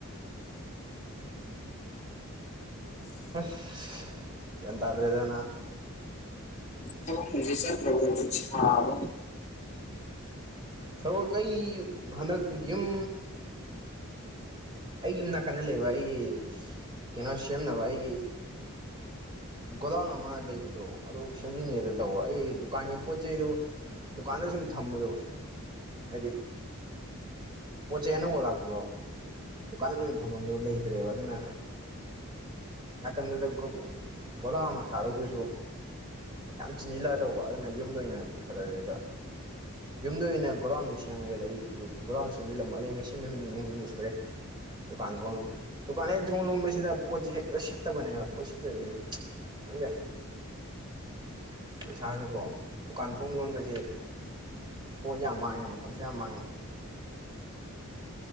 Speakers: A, on the right (about 20°); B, on the left (about 30°).
A: ꯑꯦꯇꯗ꯭ꯔꯦꯗꯅ
B: ꯍ ꯃ ꯆ꯭ꯔꯣꯕ ꯊꯕ
A: ꯊꯕꯛ ꯑꯩ ꯍꯟꯗꯛ ꯌꯨꯝ ꯑꯩ ꯌꯨꯝ ꯅꯥꯀꯟꯗ ꯂꯩꯕ ꯑꯩꯒꯤ ꯀꯩꯅꯣ ꯁꯦꯝꯅꯕ ꯑꯩꯒꯤ ꯒꯣꯗꯥꯎꯟ ꯑꯃ ꯂꯩꯕꯗꯣ ꯑꯗꯨ ꯁꯦꯝꯖꯤꯟꯉꯦꯗ ꯇꯧꯕ ꯑꯩ ꯗꯨꯀꯥꯟꯒꯤ ꯄꯣꯠ ꯆꯩꯗꯨ ꯗꯨꯀꯥꯟꯗ ꯁꯨꯝ ꯊꯝꯕꯗꯣ ꯍꯥꯏꯗꯤ ꯄꯣ ꯆꯦ ꯑꯅꯧꯕ ꯂꯥꯛꯄꯗꯣ ꯗꯨꯀꯥꯟꯗ ꯂꯣꯏ ꯑꯣꯏꯅ ꯊꯝꯐꯝꯗꯣ ꯂꯩꯇ꯭ꯔꯦꯕ ꯑꯗꯨꯅ ꯅꯥꯀꯟꯗꯨꯗ ꯒꯣꯂꯥ ꯑꯃ ꯁꯥꯔꯨꯗꯨꯁꯨ ꯌꯥꯝ ꯆꯤꯟꯁꯤꯜꯂꯛꯑꯗꯧꯕ ꯑꯗꯨꯅ ꯌꯨꯝꯗ ꯑꯣꯏꯅ ꯄꯨꯊꯔꯛꯑꯒꯦꯕ ꯌꯨꯝꯗ ꯑꯣꯏꯅ ꯒꯣꯗꯥꯟꯗꯨ ꯁꯦꯝꯃꯒꯦꯗ ꯑꯩ ꯒꯣꯗꯥꯟꯗ ꯁꯦꯝꯖꯤꯜꯂꯝꯃ ꯑꯗ ꯉꯁꯤ ꯅꯨꯃꯤꯠ ꯅꯤꯅꯤ ꯍꯨꯝꯅꯤ ꯁꯨꯔꯦ ꯗꯨꯀꯥꯟ ꯊꯣꯡꯂꯣꯝ ꯗꯨꯀꯥꯟ ꯍꯦꯛ ꯊꯣꯡ ꯂꯣꯝꯕꯁꯤꯗ ꯄꯣꯠꯁꯤ ꯍꯦꯛꯇ ꯁꯤꯠꯇꯕꯅꯦꯕ ꯄꯣꯠ ꯁꯤꯠꯇ꯭ꯔꯗꯤꯦ ꯍꯪꯗꯦ ꯄꯩꯁꯁꯤꯀꯣ ꯗꯨꯀꯥꯟ ꯊꯣꯡ ꯂꯣꯟꯕꯁ ꯄꯣꯠ ꯌꯥꯝ ꯃꯥꯡꯉꯦ ꯃꯇꯝꯁꯨ ꯌꯥꯝ ꯃꯥꯡꯉꯦ